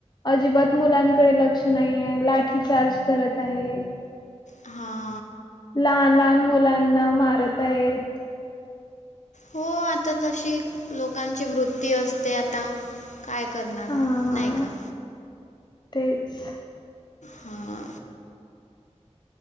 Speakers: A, on the left; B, on the left.
A: अजिबात मुलांकडे लक्ष नाही आहे लाठी चार्ज करत आहेत.
B: हा.
A: लहान लहान मुलांना मारत आहेत.
B: हो आता तशी लोकांची वृत्ती असते आता. काय करणार
A: हां,
B: नाही का.
A: तेच.
B: हा.